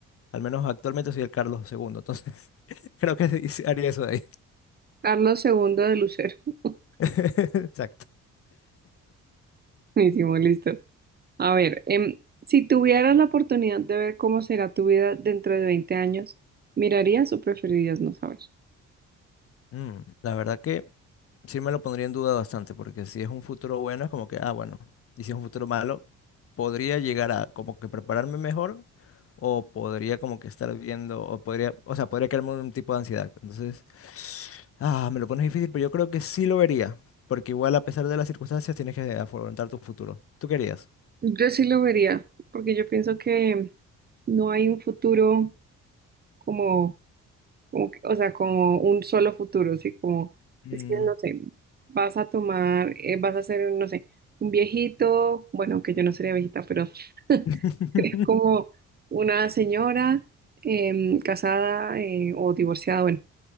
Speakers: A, on the left; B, on the right.
A: al menos actualmente soy el Carlos segundo entonces <laughs> creo que sí haría eso de ahí.
B: Carlos segundo de Lucero. <laughs>
A: <laughs> Exacto.
B: Buenísimo, listo. A ver, em, si tuvieras la oportunidad de ver cómo será tu vida dentro de 20 años, ¿mirarías o preferirías no saber?
A: Mm, La verdad que sí me lo pondría en duda bastante, porque si es un futuro bueno, es como que, ah, bueno, y si es un futuro malo, podría llegar a como que prepararme mejor, o podría como que estar viendo, o podría, o sea, podría crearme un tipo de ansiedad. Entonces, ah, me lo pones difícil, pero yo creo que sí lo vería, porque igual a pesar de las circunstancias tienes que afrontar tu futuro. ¿Tú querías?
B: Yo sí lo vería, porque yo pienso que no hay un futuro como, como que- o sea, como un solo futuro, así como,
A: Mm.
B: es que, no sé, vas a tomar, eh, vas a ser, no sé, un viejito, bueno, que yo no sería viejita, pero <laughs>
A: <laughs>
B: sería como una señora em, casada eh, o divorciada, bueno.